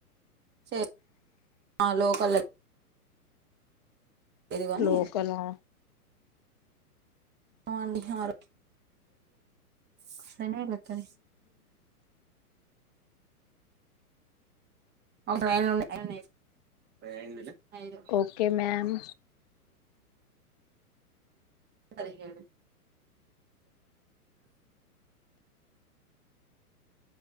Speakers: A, on the right; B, on the left.
A: సే ఆ లోకల్ గాని
B: లోకల
A: హా అండి హా రా శాండి వల్ల అక్క నీ ఒకసారి ఆయన ఉండే ఆయననే ఐదు
B: ఓకే మ్యామ్
A: పది హెడు